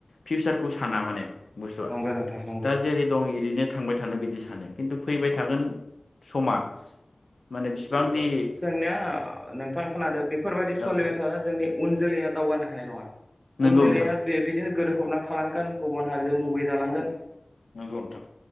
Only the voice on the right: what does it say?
नंगौ नोंथां नंगौ
नंगौ
जोंनिया नोंथां खोनादों बेफोरबायदि
सोलिबाय थाब्ला जोंनि उन जोलैया दावगानो हानाय नङा।
उन जोलाया
बे बिदिनो गोदो फबना थालांगोन गुबुन हारिजों मुगैजालांगोन